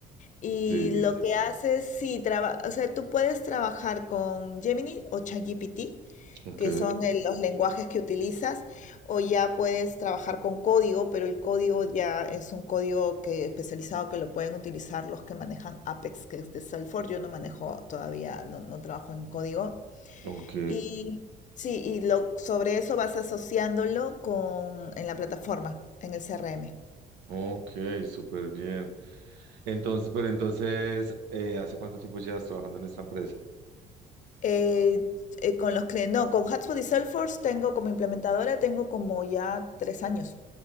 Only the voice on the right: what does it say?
sí,
ok,
ok,
ok, súper bien. Entonces, pero entonces, eh, ¿hace cuánto tiempo llevas trabajando en esta empresa?